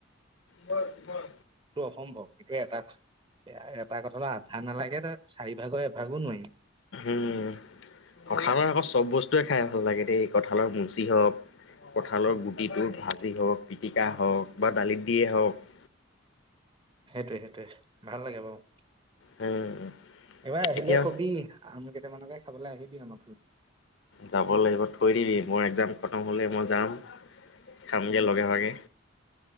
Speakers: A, on the left; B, on the right.
A: বৰ-বৰ
B: সম্ভৱ। এইটো এটা, এটা কথা হলে আধা নালাগে ত চাৰিভাগৰ এভাগো নোৱাৰি।
A: উম। কঁঠালৰ আকৌ চব বস্তুৱে খাই ভাল লাগে দেই। কঁঠালৰ মুচি হওক, কঁঠালৰ গুটিটো ভাজি হওক, পিটিকা হওক। বা, দালিত দিয়ে হওক।
B: সেইটোৱে সেইটোৱে ভাল লাগে বাৰু।
A: উম।
B: এইবাৰ আহিলে
A: এতিয়া
B: কবি, আম কেইটামানকে খাবলৈ আহিবি অলপ। থ <inaudible>
A: যাব লাগিব থৈ দিবি মই। একজাম, খতম হ'লে মই যাম। খামগে লগে ভাগে